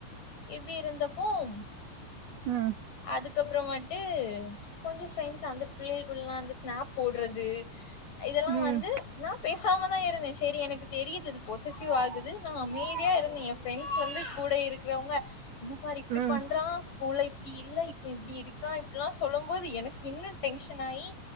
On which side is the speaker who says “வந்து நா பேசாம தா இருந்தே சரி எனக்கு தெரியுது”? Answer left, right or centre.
Left